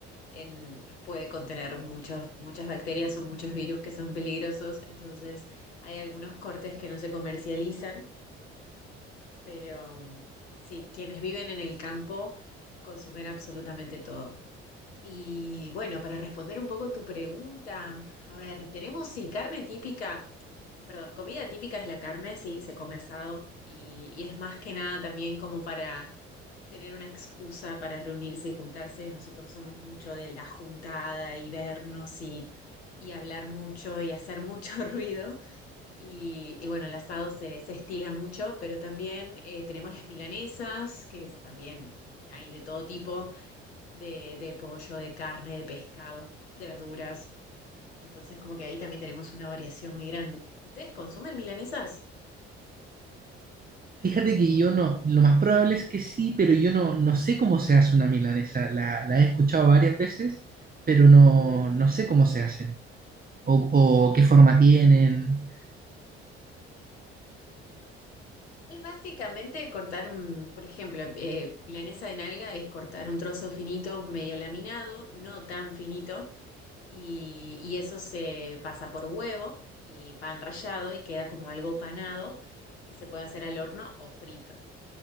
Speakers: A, on the left; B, on the right.
A: en- puede contener muchos, muchas bacterias o muchos virus que son peligrosos. Entonces, hay algunos cortes que no se comercializan, pero mm, sí, quienes viven en el campo consumen absolutamente todo. Y bueno, para responder un poco tu pregunta, a ver, tenemos sí, carne típica. Perdón, comida típica es la carne, sí, se come asado y, y es más que nada también como para tener una excusa para reunirse y juntarse. Nosotros somos mucho de la juntada y vernos y, y hablar mucho y hacer mucho <laughs> ruido. Y, y bueno, el asado se, se estila mucho, pero también eh, tenemos las milanesas, que es- también hay de todo tipo, de, de pollo, de carne, de pescado, de verduras. Entonces, como que ahí también tenemos una variación muy grande. ¿Ustedes consumen milanesas?
B: Fíjate que yo no, lo más probable es que sí, pero yo no, no sé cómo se hace una milanesa. La, la he escuchado varias veces, pero no, no sé cómo se hacen o, o qué forma tienen.
A: Es básicamente cortar un, por ejemplo, eh, milanesa de nalga es cortar un trozo finito, medio laminado, no tan finito, y, y eso se pasa por huevo y pan rallado y queda como algo panado que se puede hacer al horno o frito.